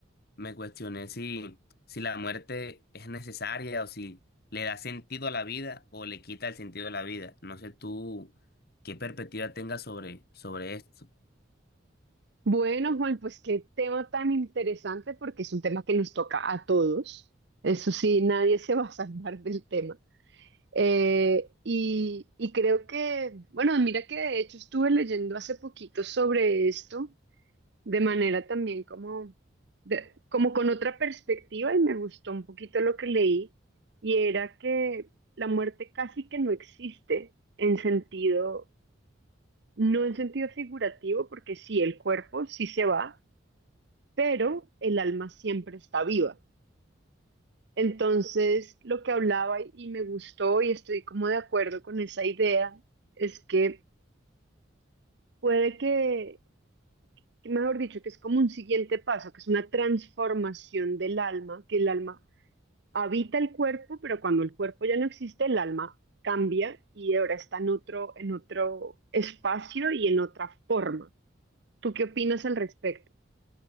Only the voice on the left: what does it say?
me cuestioné si, si la muerte es necesaria o si le da sentido a la vida o le quita el sentido a la vida. No sé tú qué perspectiva tengas sobre, sobre esto.